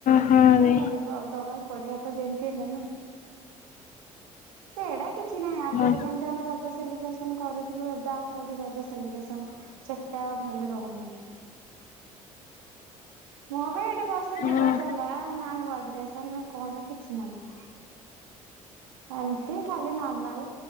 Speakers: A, on the left; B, on the right.
A: ହଁ
B: କଣ
A: ରେ
B: କରିବ ଆଉ ଦବାକୁ ପଡିବ ତ ଯେମିତି ହେଲେ ନା। ସେଇଟା କିଛି ନାହିଁ ଆଗରୁ
A: ହଁ
B: ଯେମିତି ଆମେ ରଜ ସେଲିବ୍ରେସନ କରୁଥିଲୁ ଏବେ ଆଉ କୋଉଠି ରଜ ସେଲିବ୍ରେସନ ସେତେ ଆଉ ଭେଲ୍ୟୁ ରହୁନି। ମୁଁ ବି ଏଠି ବର୍ଷେ
A: ହଁ
B: ଦି ବର୍ଷ ହେଲା ନା ନୂଆ ଡ୍ରେସ ନା କଣ କିଛି ନାହି। ଏମତି ଖାଲି ନର୍ମାଲ।